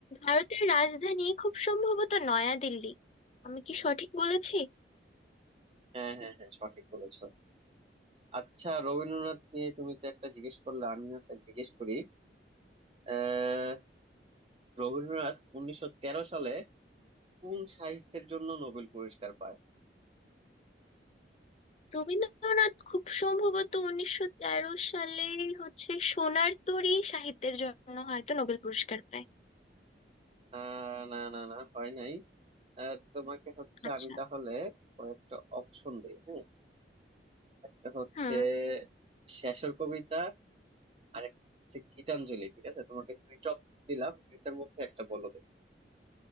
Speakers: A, on the left (about 35°); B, on the right (about 30°).
A: ভারতের রাজধানী খুব সম্ভবত নয়াদিল্লি আমি কি সঠিক বলেছি
B: হ্যাঁ হ্যাঁ হ্যাঁ সঠিক বলেছো আচ্ছা রবীন্দ্রনাথ নিয়ে তুমি তো একটা জিজ্ঞেস করলে আমিও একটা জিজ্ঞেস করি আহ রবীন্দ্রনাথ উনিশশো তেরো সালে কোন সাহিত্যের জন্য নোবেল পুরস্কার পায়
A: রবীন্দ্রনাথ খুব সম্ভবত উনিশশো তেরো সালে হচ্ছে সোনার তরী সাহিত্যের জন্য হয়তো নোবেল পুরস্কার পায়
B: আহ না না না হয় নাই আহ, তোমাকে হচ্ছে
A: আচ্ছা
B: আমি তাহলে কয়েকটা অপশন দিই হ্যাঁ একটা হচ্ছে
A: হুম
B: শেষের কবিতা আর একটা হচ্ছে গীতাঞ্জলি ঠিক আছে তোমাকে দুইটা অপশন দিলাম দুইটার মধ্যে একটা বলো